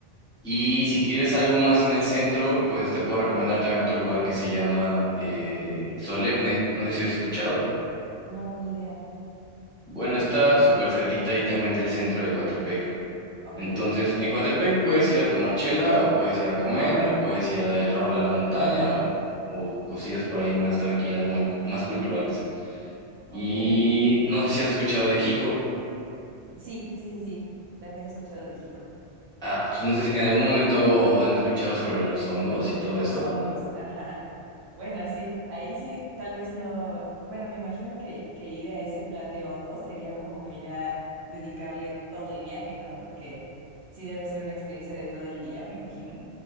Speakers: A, in the centre; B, on the right (about 65°).
A: Y si quieres algo más en el centro, pues te puedo recomendar también otro lugar que se llama eh, Solemne. No sé si has escuchado.
B: no, ni idea.
A: Bueno, está súper cerquita ahí también del centro
B: Ujú,
A: de Coatepec.
B: Ok,
A: Entonces, en Coatepec puedes ir a tomar chela, o puedes ir a comer, o puedes ir
B: ujú,
A: a dar el rol a la montaña, o, o cosillas por ahí más tranquilas, muy cu- más culturales. Y
B: ok,
A: no sé si has escuchado de Jico.
B: sí, sí, sí, sí, también he escuchado de Jico.
A: Ah, pues no sé si en algún momento han escuchado sobre los hongos y todo
B: Los
A: eso.
B: hongos, ajá. Bueno, sí, ahí sí, tal vez no, bueno, me imagino que, que ir a ese plan de hongos sería como que ya dedicarle todo el viaje, ¿no? Porque sí debe ser una experiencia de todo el día, me imagino.